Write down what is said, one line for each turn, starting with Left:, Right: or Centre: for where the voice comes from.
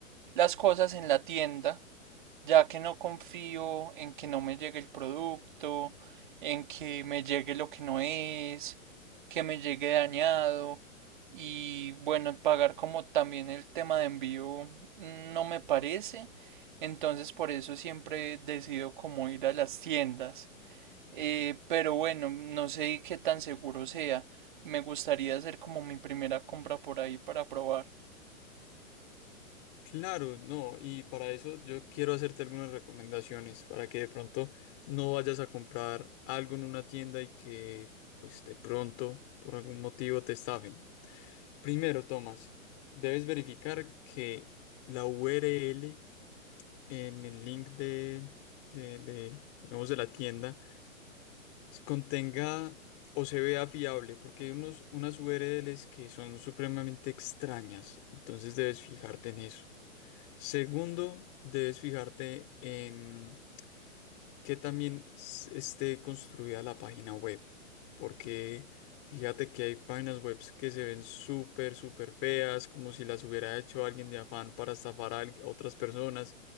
Right: las cosas en la tienda. ya que no confío en que no me llegue el producto, en que me llegue lo que no es, que me llegue dañado y bueno, pagar como también el tema de envío mm, no me parece, entonces por eso siempre decido como ir a las tiendas. Eh, pero bueno, no sé qué tan seguro sea. Me gustaría hacer como mi primera compra por ahí para probar.
Left: Claro, no, y para eso yo quiero hacerte algunas recomendaciones para que de pronto no vayas a comprar algo en una tienda y que pues de pronto por algún motivo te estafen. Primero, Tomás, debes verificar que la URL en el link de, de, de, digamos, de la tienda contenga o se vea fiable, porque hay unos, unas URLs que son supremamente extrañas, entonces debes fijarte en eso. Segundo, debes fijarte en que también s- esté construida la página web, porque fíjate que hay páginas web que se ven súper, súper feas, como si las hubiera hecho alguien de afán para estafar a al- a otras personas.